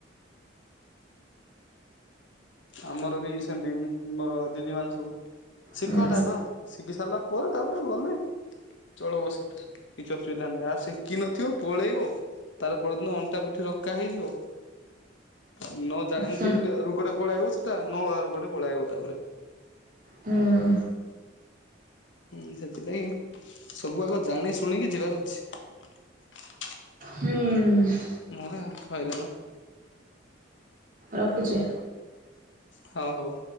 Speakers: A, on the left; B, on the right.
A: ଆମର ବି ସେମିତି ମୋର ଦିଦି ମାନେ ସବୁ ଶିଖ
B: ହୁଁ
A: ଟା <inaudible> କଣ ଶିଖି ସାରିଲା ପରେ ତାପରେ ଗଲେ ଚଳିବ ସେଟା କିଛି ଅସୁବିଧା ନାହିଁ ଆଉ ଶିଖିିନଥିବ ପଳେଇବ? ତାଏଲେ ପରଦିନ ଅଣ୍ଟା ପିଠି ରକା ହେଇଯିବ? ନ ଜାଣି
B: ହୁଁ
A: ଦି ଗୋଟେ ରୋଗ ଟା ପଳେଇବ ସେଟା <unintelligible> ନ ଆ ଗୋଟେ ପଳେଇବ ତାପରେ।
B: ହୁଁ
A: ହୁଁ ସେଥିଲାଗି ସବୁ ଆଗ ଜାଣି ଶୁଣିକି ଯିବାର ଅଛି।
B: ହୁଁ
A: ନହଲେ ହଇରାଣ।
B: ରଖୁଛି?
A: ହଉ ହଉ।